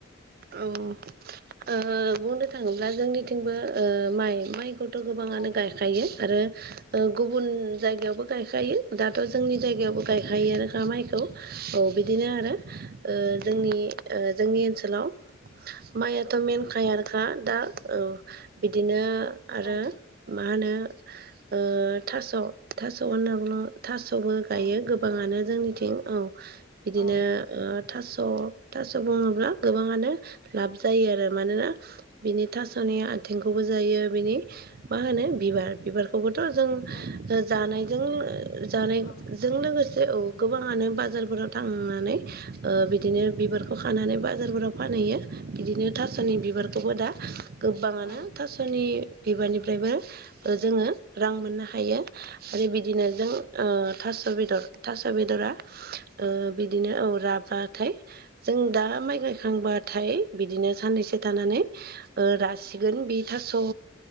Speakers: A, on the right (about 50°); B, on the left (about 55°).
A: औ ओ बुंनो थाङोब्ला जोंनिथिंबो ओ माइ माइ खौथ' गोबाङानो
B: अ
A: गायखायो आरो ओ गुबुन जायगायावबो गायखायो। दाथ' जोंनि जायगायावबो गायखायोनोखा माइखौ। औ बिदिनो आरो ओ जोंनि ओ जोंनि ओनसोलाव माइया थ' मेनखायानोखा दा औ बिदिनो आरो
B: औ
A: मा होनो ओ थास' थास' होनना बुङो थास'बो गायो
B: औ
A: गोबाङानो जोंनि थिं औ बिदिनो
B: औ
A: ओ थास स' थास' बुङोब्ला गोबाङानो लाब जायो आ रो मानोना बिनि थास'नि आथिंखौबो जायो बिनि मा होनो बिबार बिबारखौबो जों
B: औ
A: जा-जानायजों जानाय
B: औ
A: जों लोगोसे औ गोबाङानो बाजारफोराव थांनानै ओ बिदिनो बिबारखौ खानानै बाजारफोराव फान हैयो बिदिनो थास'नि
B: औ
A: बिबारखौबो दा गोबबाङानो
B: औ
A: थास'नि बिबारनिफ्रायबो
B: औ
A: ओ जोङो रां मोननो हायो आरो बिदिनो जों ओ थास' बेदर थास स' बेदरा ओ बि दिनो औ राबाथाय जों दा माइ गायखांबाथाय बिदिनो साननैसो थानानै ओ रासिगोन बे थास'आ